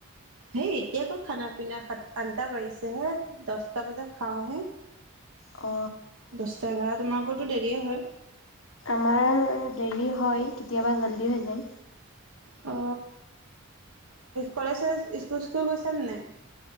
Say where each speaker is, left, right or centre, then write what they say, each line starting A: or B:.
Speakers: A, on the right; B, on the left.
A: হেই এতিয়া আকৌ খানা পিনা, সাত আঠটা বাজিছেহে, দচটা বজাত খাও হে।
B: অ।
A: দশটা এঘাৰ তোমালোকৰতো দেৰি হয়।
B: আমাৰ দেৰি হয়, কেতিয়াবা জল্দি হৈ যায়।
A: অ। কলেজ চলেজ স্কুল স্কুল গৈছা নে নাই